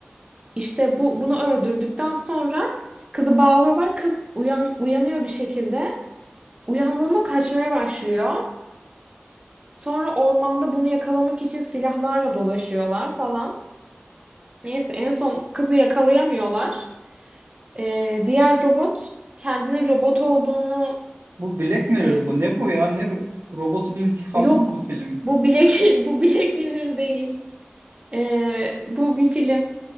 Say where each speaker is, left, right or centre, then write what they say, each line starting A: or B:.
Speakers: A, on the right; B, on the right.
A: İşte bu bunu öldürdükten sonra kızı bağlıyorlar. Kız uyan uyanıyor bir şekilde. Uyandığında kaçmaya başlıyor. Sonra ormanda bunu yakalamak için silahlarla dolaşıyorlar falan. Neyse en son kızı yakalayamıyorlar. Ee, diğer robot kendinin robot olduğunu
B: Bu Black Mirror
A: sev
B: bu Ne bu ya? Ne bu? Robotun intikamı
A: yok
B: mı bu film?
A: bu bilek <laughs> bu Black Mirror değil. Ee, bu bir film.